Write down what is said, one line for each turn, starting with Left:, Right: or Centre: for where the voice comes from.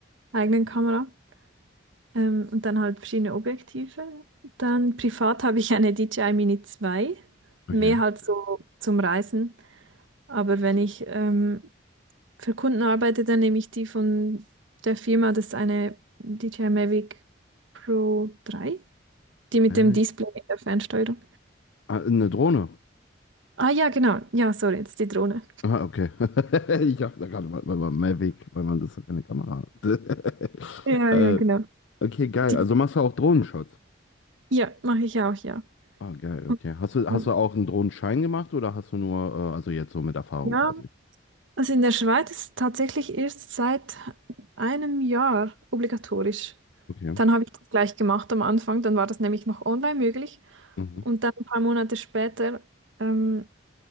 Right: eigenen Kamera. Ähm, und dann halt verschiedene Objektive. Dann privat habe ich eine DJI Mini zwei mehr
Left: Okay.
Right: halt so zum Reisen. Aber wenn ich ähm, Für Kunden arbeitet er nämlich die von der Firma, das ist eine DJI Mavic Pro 3, die mit
Left: Mavic.
Right: dem Display in der Fernsteuerung.
Left: Ah, eine Drohne.
Right: Ah ja, genau. Ja, sorry, jetzt die Drohne.
Left: Ah, okay. <laughs> Ich dachte gerade mal, mal mal Mavic, weil man das ist doch keine Kamera hat. <laughs>
Right: Ja,
Left: äh,
Right: ja, genau.
Left: okay, geil.
Right: Die,
Left: Also machst du auch Drohnenschutz?
Right: ja, mache ich auch, ja.
Left: Ah, geil,
Right: Und,
Left: okay. Hast du, hast
Right: ähm,
Left: du auch einen Drohnenschein gemacht oder hast du nur, äh, also jetzt so mit Erfahrung
Right: ja,
Left: quasi?
Right: also in der Schweiz ist es tatsächlich erst seit einem Jahr obligatorisch.
Left: Okay.
Right: Dann habe ich das gleich gemacht am Anfang, dann war das nämlich noch online möglich.
Left: Mhm.
Right: Und dann ein paar Monate später ähm,